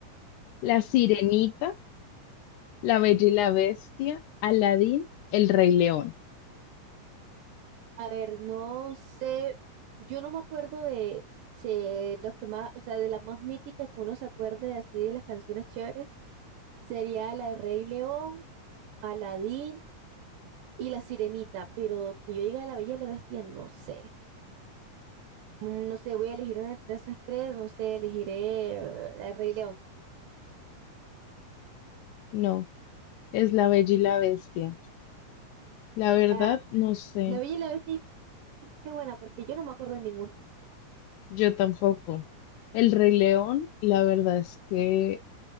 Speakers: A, on the left (about 80°); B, on the right (about 80°).
A: La Sirenita, La Bella y la Bestia, Aladdin, El Rey León.
B: A ver, no sé, yo no me acuerdo de si los que más, o sea, de las más míticas que uno se acuerde así de las canciones chéveres, sería la de Rey León, Aladín y La Sirenita, pero que yo diga de La Bella y la Bestia, no sé. Mm, No sé, voy a elegir una entre esas tres, no sé, elegiré eh, la de Rey León.
A: No, es La Bella y la Bestia. La verdad,
B: Ah,
A: no sé.
B: La Bella y la Bestia es buena porque yo no me acuerdo de ninguna.
A: Yo tampoco. El Rey León, la verdad es que